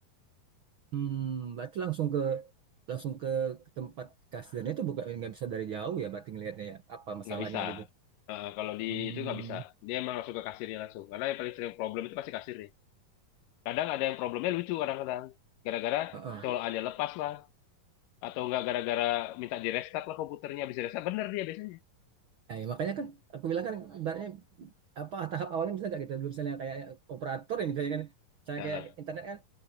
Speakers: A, on the right (about 65°); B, on the left (about 80°).
A: Hmm, berarti langsung ke langsung ke, ke tempat kasirnya itu bukan nggak bisa dari jauh ya, berarti ngelihatnya ya apa masalahnya
B: nggak bisa.
A: gitu.
B: Eh, kalau di
A: Hmm,
B: itu nggak bisa, dia emang langsung ke kasirnya langsung. Karena yang paling sering problem itu pasti kasirnya. Kadang ada yang problemnya lucu kadang-kadang, gara-gara
A: heeh.
B: colokannya lepas lah, atau nggak gara-gara minta di restart lah komputernya, bisa restart bener dia biasanya.
A: Nah, ya makanya kan aku bilang kan ibaratnya apa tahap awalnya bisa nggak gitu, dulu misalnya kayak operator yang misalnya kan, misalnya
B: Nah,
A: kayak internet kan